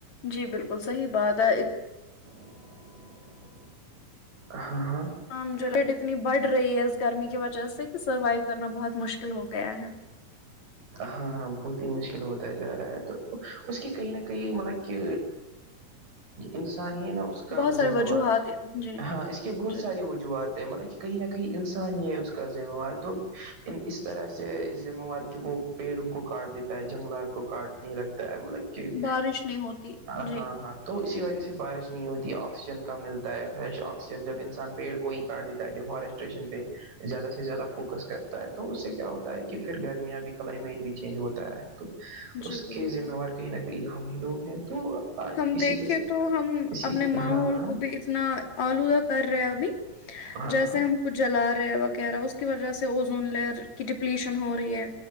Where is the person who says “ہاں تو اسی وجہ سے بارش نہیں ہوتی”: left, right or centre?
Right